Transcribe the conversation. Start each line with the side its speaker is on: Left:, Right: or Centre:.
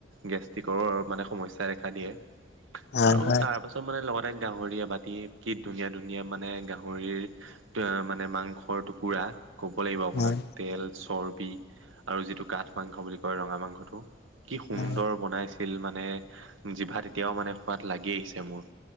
Right: গেষ্ট্ৰিকৰো মানে সমস্যা দেখা দিয়ে।
Left: হয়
Right: আৰু
Left: হয়
Right: তাৰ পাছত মানে লগতে গাহৰি এবাতি কি ধুনীয়া ধুনীয়া মানে গাহৰিৰ টো মানে মাংসৰ টুকুৰা। ক'ব লাগিব, আপোনাক
Left: হয়
Right: তেল চৰ্বি আৰু যিটো কাঠ মাংস বুলি কয় ৰঙা মাংসটো। কি সুন্দৰ
Left: হয়
Right: বনাইছিল মানে, জিভা এতিয়াও মানে সোৱাদ লাগি আহিছে মোৰ।